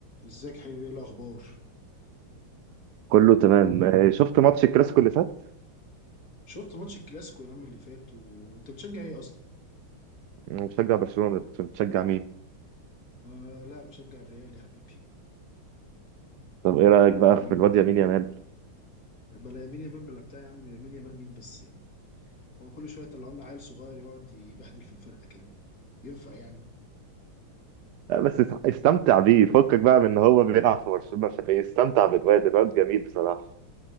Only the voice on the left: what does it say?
ازيك حبيبي ايه الاخبار
شفت ماتش الكلاسيكو يا عم اللي فات وانت بتشجع ايه اصلا
آه لا بشجع الريال يا حبيبي
طبعا
بلا يمين يامال بلا بتاع يا عم يمين يامال مين بس يعني هو كل شويه يطلعوا لنا عيل صغير يقعد يبهدل في الفرقه كده ينفع يعني